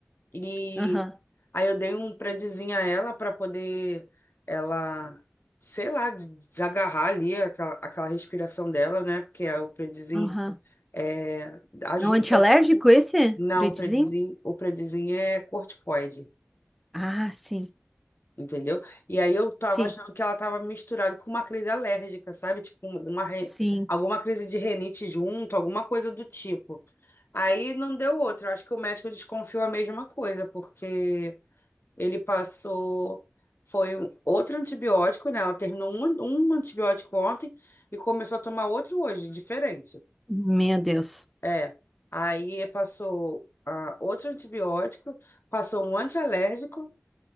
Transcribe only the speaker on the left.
e
aí eu dei um predizinho a ela para poder ela, sei lá, des- desagarrar ali aquela, aquela respiração dela, né? Porque é o predizinho
é, ajuda.
Não,
o predizinho, o predizinho é corticoide.
Entendeu? E aí eu tava
achando que ela tava misturada com uma crise alérgica, sabe? Tipo, um, uma, re-
alguma crise de renite junto, alguma coisa do tipo. Aí não deu outra. Eu acho que o médico desconfiou a mesma coisa, porque Ele passou. Foi um- outro antibiótico, né? Ela terminou um, um antibiótico ontem e começou a tomar outro hoje, diferente.
É. Aí passou ah, outro antibiótico, passou um antialérgico,